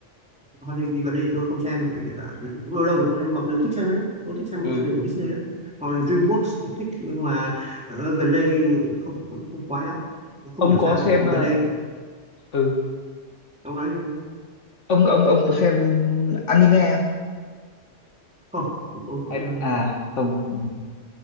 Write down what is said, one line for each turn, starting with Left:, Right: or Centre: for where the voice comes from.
Centre: hoạt hình thì gần đây thì tôi không xem bởi vì là cũng lâu lâu rồi không xem mặc dù thích xem đấy tôi thích xem hoạt
Left: ừ
Centre: hình của Disney lắm hoặc là DreamWorks cũng thích nhưng mà ờ, gần đây không không, không khoái lắm không
Left: ông
Centre: hiểu
Left: có
Centre: sao
Left: xem
Centre: tại vì
Left: ờ,
Centre: gần đây
Left: ừ
Centre: ông nói là nó-
Left: ông ông ông có xem anime không
Centre: không tôi không
Left: Hay-
Centre: xem anime
Left: à không ừ.